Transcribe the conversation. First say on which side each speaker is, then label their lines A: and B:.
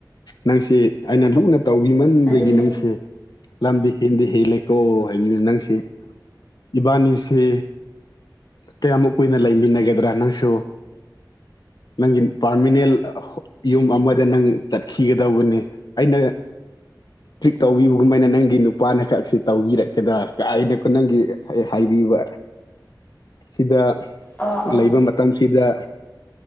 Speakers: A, on the left; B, on the left.
A: ꯅꯪꯁꯤ ꯑꯩꯅ ꯂꯨꯅ ꯇꯧꯕꯤꯃꯟꯕꯒꯤ
B: ꯑꯗꯨꯅꯦ
A: ꯅꯪꯁꯦ ꯂꯝꯗꯤ ꯍꯦꯟꯗꯤ ꯍꯦꯜꯂꯦ ꯀꯣ ꯍꯥꯏꯕꯤꯕꯅꯦ ꯅꯪꯁꯦ ꯏꯕꯥꯅꯤꯁꯦ ꯀꯩ ꯌꯥꯝ ꯀꯨꯏꯅ ꯂꯩꯃꯤꯟꯅꯒꯗ꯭ꯔꯥ ꯅꯪꯁꯨ ꯅꯪꯒꯤ ꯄꯥꯔꯃꯤꯅꯦꯟ ꯌꯨꯝ ꯑꯃꯗ ꯅꯪ ꯆꯠꯈꯤꯒꯗꯧꯕꯅꯦ ꯑꯩꯅ ꯇ꯭ꯔꯤꯠ ꯇꯧꯕꯤꯕꯒꯨꯝꯃꯥꯏꯅ ꯅꯪꯒꯤ ꯅꯨꯄꯥꯅ ꯈꯛꯁꯤ ꯇꯧꯕꯤꯔꯛꯀꯗ꯭ꯔꯥ ꯀꯥꯏꯅꯀꯣ ꯅꯪꯒꯤ ꯍꯥꯏꯕꯤꯕ ꯁꯤꯗ
B: ꯑꯣ ꯑꯣ
A: ꯂꯩꯕ ꯃꯇꯝ ꯁꯤꯗ